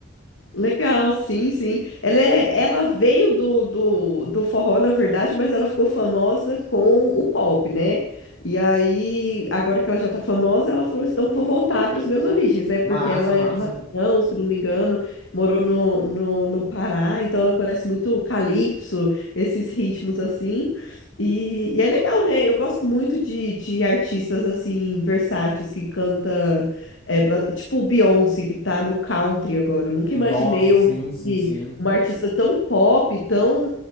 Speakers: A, on the left; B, on the left.
A: Legal, sim, sim. Ela, é- ela veio do, do, do forró, na verdade, mas ela ficou famosa com o pop, né? E aí, agora que ela já tá famosa, ela falou, assim, então vou voltar para as minhas origens, né? Porque
B: Massa,
A: ela
B: massa.
A: é do Maranhão, se não me engano, morou no, no, no Pará, então ela conhece muito o calypso, esses ritmos assim. E, e é legal, né? Eu gosto muito de, de artistas, assim, versáteis, que canta é ba- tipo o Beyoncé que tá no country agora. Eu nunca
B: Nossa,
A: imaginei ouvir
B: sim, sim, sim.
A: uma artista tão pop, tão